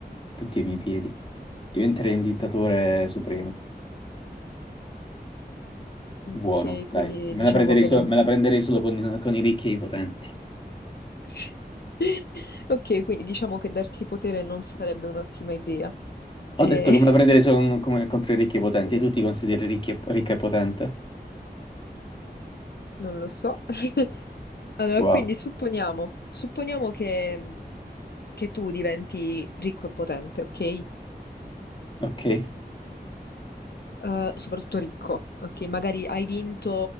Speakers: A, on the left; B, on the left.
A: tutti ai miei piedi. Diventerei un dittatore supremo,
B: Ok,
A: buono,
B: quindi
A: dai, me
B: diciamo
A: la prenderei,
B: che
A: so-
B: non...
A: me la prenderei solo con, con i ricchi e i potenti.
B: <laughs> Ok, quindi diciamo che darti potere non sarebbe un'ottima idea. Eh,
A: Ho detto come la prendere son- come contro i ricchi e potenti.
B: <laughs>
A: Tu ti consideri ricchi e- ricca e potente?
B: non lo so. <laughs> Allora,
A: Wow.
B: quindi supponiamo, supponiamo che, mm, che tu diventi ricco e potente, ok?
A: Ok,
B: Eh, soprattutto ricco, ok? Magari hai vinto,